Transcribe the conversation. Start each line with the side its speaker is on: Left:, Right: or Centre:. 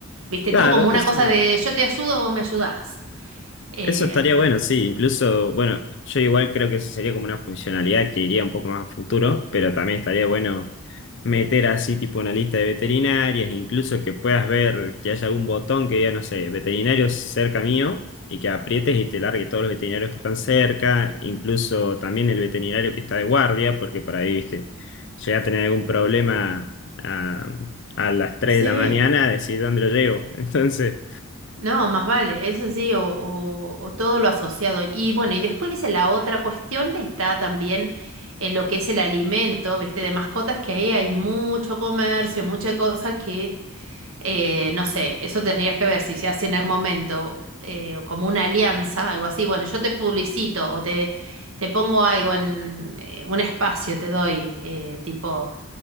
Right: viste,
Left: claro,
Right: tipo como una
Left: eso,
Right: cosa de yo te ayudo, vos me ayudás. Em,
Left: Eso estaría bueno, sí. Incluso, bueno, yo igual creo que eso sería como una funcionalidad que iría un poco más a futuro, pero también estaría bueno meter así tipo una lista de veterinarias, incluso que puedas ver que haya algún botón que diga, no sé, veterinarios cerca mío, y que aprietes y te largue todos los veterinarios que están cerca, incluso también el veterinario que está de guardia, porque por ahí, viste, llega a tener algún problema a, a las 3
Right: sí,
Left: de la mañana, decir dónde lo llevo. <laughs> Entonces...
Right: no, más vale, eso sí, o, o o todo lo asociado. Y bueno, y después la otra cuestión está también en lo que es el alimento, viste, de mascotas, que ahí hay mucho comercio, mucha cosa que Eh, no sé, eso tendrías que ver si se hace en algún momento eh, como una alianza, algo así. Bueno, yo te publicito o te, te pongo algo en eh, un espacio, te doy eh, tipo